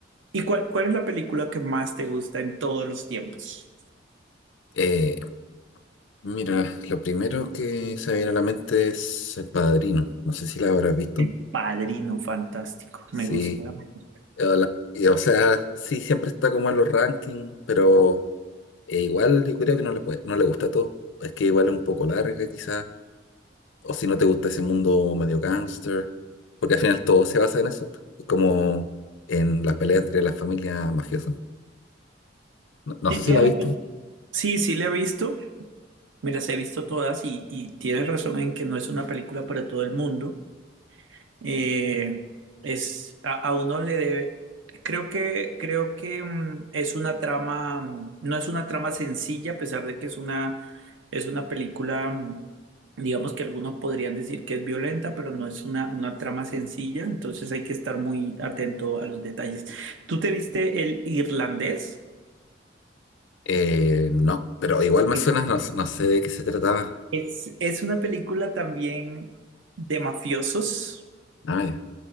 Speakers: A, on the right; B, on the left.
A: ¿Y cuál, cuál es la película que más te gusta en todos los tiempos?
B: Eh, Mira, lo primero que se me viene a la mente es El Padrino. No sé si la habrás visto.
A: El Padrino, fantástico.
B: Sí.
A: Me gusta mucho.
B: Eh, la- y, O sea, sí, siempre está como en los rankings, pero eh, igual yo creo que no le puede, no le gusta todo. Es que igual es un poco larga, quizás. O si no te gusta ese mundo medio gangster, porque al final todo se basa en eso, como en la pelea entre las familias mafiosas. No, no
A: Sí,
B: sé
A: tienes
B: si la viste.
A: razón. Sí, sí, la he visto. Mira, las he visto todas y, y tienes razón en que no es una película para todo el mundo. Eh, es, a, a uno le debe, creo que, creo que mm, es una trama, mm, no es una trama sencilla, a pesar de que es una, es una película, mm, digamos que algunos podrían decir que es violenta, pero no es una, una trama sencilla, entonces hay que estar muy atento a los detalles. ¿Tú te viste El Irlandés?
B: Eh, no, pero igual más
A: Eh,
B: o menos no, no sé de qué se trataba.
A: Es, es una película también de mafiosos.
B: Ah, ya.